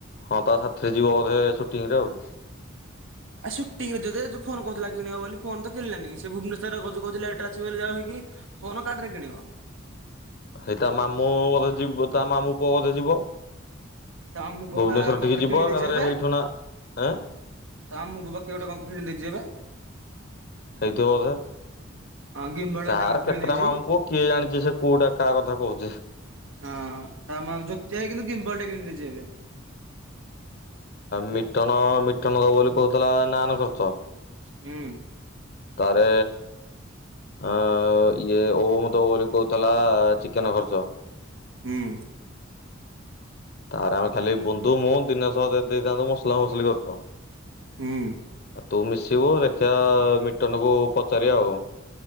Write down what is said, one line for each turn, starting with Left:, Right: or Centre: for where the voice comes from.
Left: ହଁ ପା ସାଥିରେ ଯିବ ବୋଧେ ସୁଟିଂ ରେ ଆଉ।
Right: ଆଉ ସୁଟିଂ ରେ ଯଦି ଫୋନ କହୁଥିଲା କିଣିବ ବୋଲି ଫୋନ ତ କିଣିଲାନି ସେ ଭୁବନେଶ୍ୱରରେ କହୁଚୁ କହୁଥିଲା ଲେଟେରେ ଆସିବ ବୋଲି ଯାହାହେଇକି। ଫୋନ କାଠ ରେ କିଣିବ।
Left: ସେଇଟା ମାମୁଁ ବଧେ ଯିବ ତା ମାମୁଁ ପୁଅ ବଧେ ଯିବ।
Right: ତା ମାମୁଁ ପୁଅ
Left: ଭୁବନେଶ୍ୱର
Right: ବା କଣ
Left: ଠିକି
Right: ଗୋଟେ
Left: ଯିବ
Right: କିଣିଦେଇଛି
Left: ଏକାଥରେ
Right: ଏବେ।
Left: ହେଇଠୁ ନା ଏଁ
Right: ତା ମାମୁଁ ପୁଅ ବା କିଏ ଗୋଟେ ଙ୍କ ଙ୍କ କିଣି ଦେଇଛି ଏବେ।
Left: ହେଇଥିବ ବୋଧେ।
Right: ଗିମ୍ବଲ ଟା
Left: ତାର
Right: ନା କଣ କିଣି
Left: କେତେଟା
Right: ଦେଇଛି।
Left: ମାମୁଁ ପୁଅ କିଏ ଜାଣିଛି ସେ କୋଉଟା କାହା କଥା କହୁଛି।
Right: ହଁ ତା ମା ଜୋତିଆଇ କିନ୍ତୁ କିିମ୍ପଲ ଟେ କିଣିଦେଇଛି ଏବେ।
Left: ମିଟନ ମିଟନ ଦବ ବୋଲି କହୁଥିଲା ନାନ ଖର୍ଚ୍ଚ।
Right: ହୁଁ।
Left: ତାରେ ଆଁ ଇଏ ଓମ ଦବ ବୋଲି କହୁଥିଲା ଚିକେନ ଖର୍ଚ।
Right: ହୁଁ।
Left: ତାର ଆମେ ଖାଲି ବୁନ୍ଧୁ ମୁଁ ଦିନେଶ ଦେଇ ଦେଇଥାନ୍ତୁ ମସଲା ମସଲି ଖର୍ଚ୍ଚ।
Right: ହୁଁ।
Left: ଆଉ ତୁ ମିଶିବୁ ଦେଖିଆ ମିଟନକୁୁ ପଚାରିବା ଆଉ।